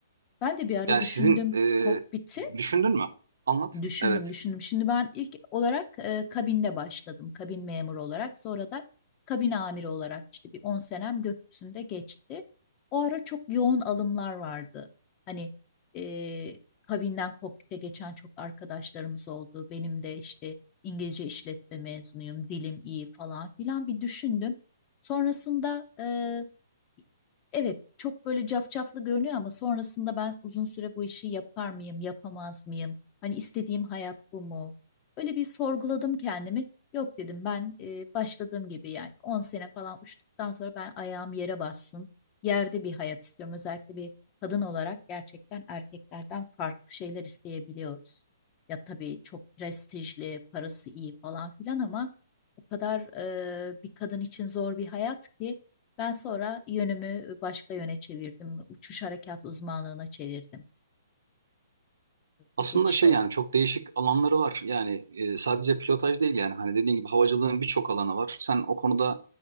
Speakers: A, on the left; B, on the right.
A: ben de bir ara
B: Yani
A: düşündüm
B: sizin e,
A: kokpiti.
B: düşündün mü? Anlat.
A: Düşündüm,
B: Evet.
A: düşündüm. Şimdi ben ilk olarak e, kabinde başladım. Kabin memuru olarak. Sonra da kabin amiri olarak işte bir 10 senem gökyüzünde geçti. O ara çok yoğun alımlar vardı. Hani e, kabinden kokpite geçen çok arkadaşlarımız oldu. Benim de işte İngilizce işletme mezunuyum, dilim iyi falan filan bir düşündüm. Sonrasında e, Evet, çok böyle cafcaflı görünüyor ama sonrasında ben uzun süre bu işi yapar mıyım, yapamaz mıyım? Hani istediğim hayat bu mu? Böyle bir sorguladım kendimi. Yok dedim ben e, başladığım gibi yani 10 sene falan uçtuktan sonra ben ayağım yere bassın. Yerde bir hayat istiyorum. Özellikle bir kadın olarak gerçekten erkeklerden farklı şeyler isteyebiliyoruz. Ya tabii çok prestijli, parası iyi falan filan ama o kadar e, bir kadın için zor bir hayat ki ben sonra yönümü başka yöne çevirdim. Uçuş harekat uzmanlığına çevirdim.
B: Aslında
A: Bir geçiş
B: şey
A: oldu.
B: yani çok değişik alanları var. Yani e, sadece pilotaj değil yani hani dediğin gibi havacılığın birçok alanı var. Sen o konuda